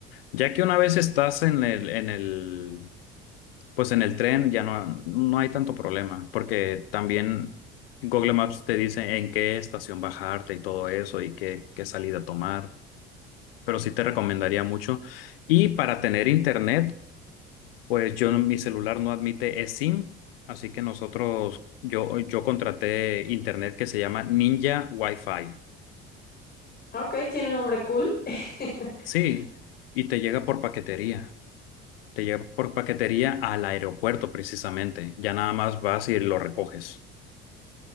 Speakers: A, on the left; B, on the left.
A: Ya que una vez estás en el, en el, pues en el tren, ya no, no hay tanto problema, porque también Google Maps te dice en qué estación bajarte y todo eso y qué, qué salida tomar, pero sí te recomendaría mucho. Y para tener internet. Pues yo, no, mi celular no admite eSIM, así que nosotros, yo, yo contraté internet que se llama Ninja Wi-Fi.
B: Ok, tiene un nombre cool. <laughs>
A: Sí, y te llega por paquetería. Te llega por paquetería al aeropuerto precisamente. Ya nada más vas y lo recoges.